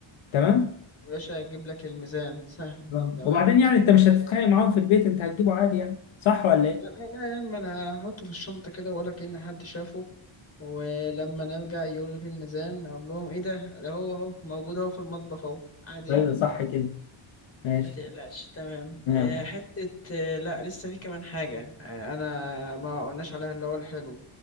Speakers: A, on the left; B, on the left.
A: تمام
B: يا باشا هجيب لك الميزان سهل
A: آه.
B: تمام
A: وبعدين يعني انت مش هتتخانق معاهم
B: آه،
A: في البيت انت هتجيبه عادي يعني صح ولا ايه
B: لا لا لا يا عم انا هحطه في الشنطة كده ولا كأن حد شافه ولما نرجع يقول لي في الميزان اقول لهم ايه ده ده هو اهو موجود اهو في المطبخ اهو عادي يعني
A: ايوه صح كده ماشي
B: لا تقلقش تمام
A: تمام
B: آه، حتة آه، لا لسه في كمان حاجة آه، أنا ما قلناش عليها اللي هو الحلو